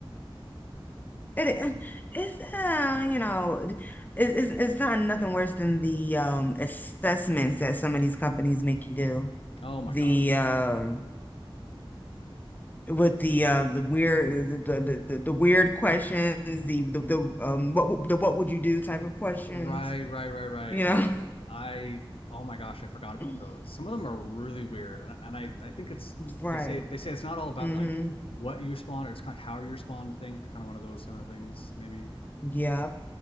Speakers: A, on the left (about 20°); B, on the left (about 75°).
A: it it's uh, you know, it- it's it's not nothing worse than the um assessments that some of these companies make you do.
B: Oh my
A: The
B: gosh, yeah.
A: um with the uh the weird the the the, the- weird questions the the, the um what the what would you do type of questions
B: Right, right, right, right.
A: you know
B: No, I oh my gosh, I forgot about
A: <laughs>
B: those. Some of them are really weird, and and I I think it's
A: right
B: they say they say it's not all about
A: mm-hmm
B: like what you spawn, or it's kind of how you spawn. I think kind of one of those kind of things, maybe.
A: yep